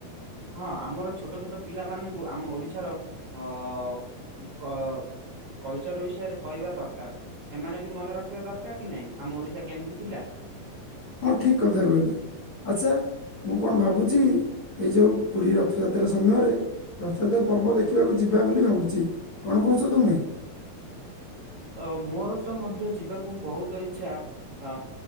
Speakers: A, on the right; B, on the left.
A: ହଁ ଆମର ଛୋଟ ଛୋଟ ପିଲାମାନଙ୍କୁ ଆମ ଓଡିଶାର ଅ <unintelligible> ଅ <unintelligible> କଲଚର ବିଷୟରେ କହିବା ଦରକାର ସେମାନେ ବି ମନେ ରଖିବା ଦରକାର କି ନାଇଁ ଆମ ଓଡିଶା କେମିତି ଥିଲା।
B: ହଁ ଠିକ କଥା କହିଲେ ଆଚ୍ଛା। ମୁଁ କଣ ଭାବୁଛି ଏଇ ଯୋଉ ପୁରୀ ରଥଯାତ୍ରା ସମୟରେ ରଥଯାତ୍ରା ପର୍ବ ଦେଖିବାକୁ ଯିବା ବୋଲି ଭାବୁଛି କଣ କହୁଛ ତୁମେ?
A: ଓ ମୋର ତ ମଧ୍ୟ ଯିବାକୁ ବହୁତ ଇଚ୍ଛା ଅ